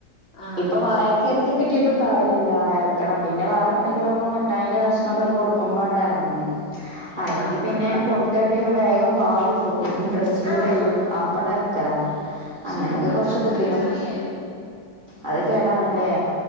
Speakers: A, on the left; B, on the right.
A: ആഹ്
B: ഇപ്പൊ
A: ആഹ്
B: വായക്കെ എത്തി കിട്ടിയിട്ട് കാര്യല്ല ഇറക്കണം പിന്നെ വേറെ എന്തെങ്കിലുമൊക്കെ മിട്ടായിന്റെ കഷ്ണൊക്കെ ആണ്ട് കൊടുക്കുമ്പോണ്ട്റങ്ങും. അല്ലെങ്കി
A: ആഹ്
B: പിന്നെ
A: ആഹ്
B: കൊടുത്ത ന്നട്ട് വേഗം പാല് കൊടുക്കും ബ്രസ്റ്റ് ഫീടെയ്യും അപ്പണ്ട് ഇറക്കലാ.
A: പക്ഷെ
B: അങ്ങനെയൊക്കെ
A: അത് പറ്റ
B: കൊറച്ച്
A: അത്
B: ബുദ്ധിമുട്ട്
A: കേടല്ലേ
B: അത് കേടാണ് ലെ.